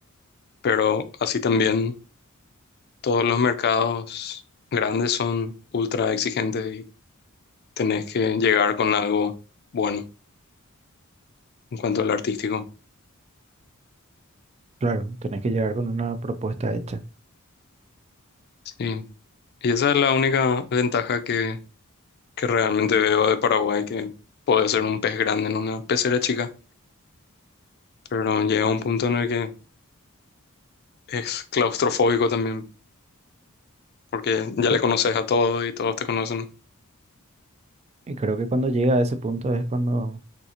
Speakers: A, on the left; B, on the right.
A: Pero así también todos los mercados grandes son ultra exigentes tenés que llegar con algo bueno en cuanto al artístico.
B: Claro, tenés que llegar con una propuesta hecha.
A: Sí. Y esa es la única ventaja que, que realmente veo de Paraguay, que puede ser un pez grande en una pecera chica, pero llega un punto en el que es claustrofóbico también, porque ya
B: Pero-
A: le conoces a todos y todos te conocen.
B: Y creo que cuando llega a ese punto es cuando